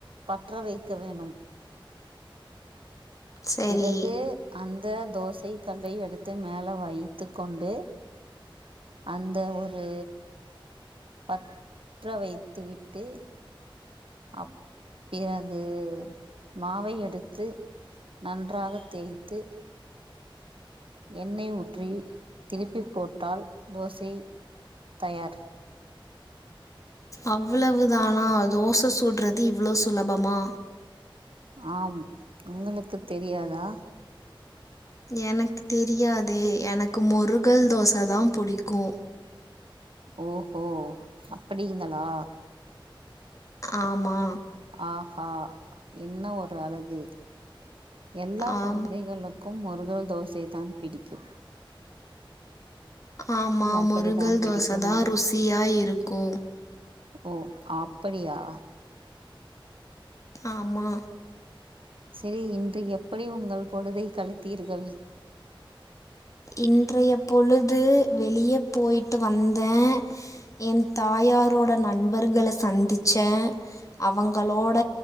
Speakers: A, on the right; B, on the left.
A: பற்றவைக்க வேணும்
B: சரி
A: பிறகு அந்த தோசை கல்லை எடுத்து மேல வைத்து கொண்டு அந்த ஒரு பற்ற வைத்து விட்டு அப் பிறகு மாவை எடுத்து நன்றாகத் தேய்த்து எண்ணெய் ஊற்றி திருப்பிப் போட்டால் தோசை தயார்
B: அவ்வளவு தானா தோசை சூடுறது இவ்வளவு சுலபமா
A: ஆம் உங்களுக்கு தெரியாதா
B: எனக்கு தெரியாதே எனக்கு மொருகள் தோச தா புடிக்கு
A: ஓ ஹோ அப்படிங்களா
B: ஆமா
A: ஆ ஹா என்ன ஒரு அழகு எல்லா
B: ஆம்
A: கொழந்தைகளுக் கும் மொருகல் தோசை தான் பிடிக்கு
B: ஆமா
A: அப்படித்தான்
B: மொருகல் தோச
A: பிடிக்குமா
B: தா ருசியா இருக்கு
A: ஓ அப்படியா
B: ஆமா
A: செரி இன்று எப்படி உங்கள் பொழுதை கழித்தீர்கள்
B: இன்றைய பொழுது வெளிய போய்ட்டு வந்த என் தாயாரோட நண்பர்கள சந்திச்ச அவங்களோட